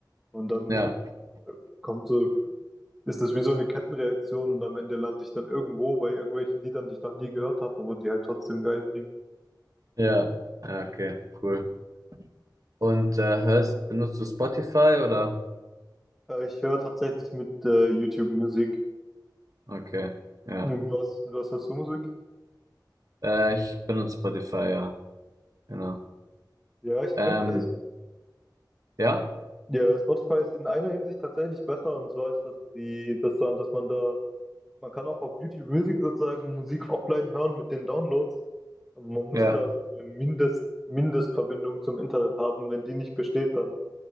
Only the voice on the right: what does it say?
ja,
ja, ja, okay, cool. Und äh, hörst, benutzt du Spotify oder?
Okay, ja.
Äh, ich benutze Spotify, ja, genau.
Ähm, ja.
Ja,